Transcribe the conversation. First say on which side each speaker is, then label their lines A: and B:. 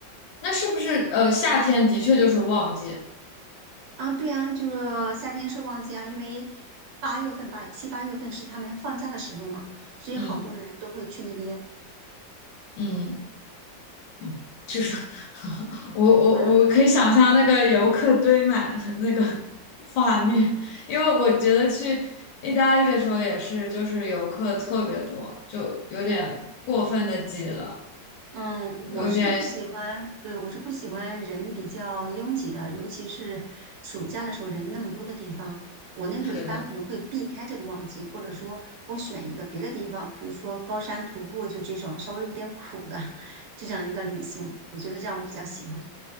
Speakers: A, on the left; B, on the right.
A: 那是不是呃夏天的确就是旺季？
B: 啊，对啊，就是夏天是旺季啊，因为八月份吧，七八月份是他们放假的时候嘛，所以好多的人都会去那边。
A: 嗯嗯。嗯，就是 <laughs> 我我我可以想象那个游客堆满的那个
B: 啊。
A: 画面，因为我觉得去意大利的时候也是，就是游客特别多，就有点过分的挤了，
B: 嗯，我是不喜欢，
A: 有点
B: 对，我是不喜欢人比较拥挤的，尤其是暑假的时候人那么多的地方。我那时候一般可能会避开这个旺季，
A: 是的。
B: 或者说我选一个别的地方，比如说高山徒步，就这种稍微有点苦的 <laughs> 这样一个旅行，我觉得这样我比较喜欢。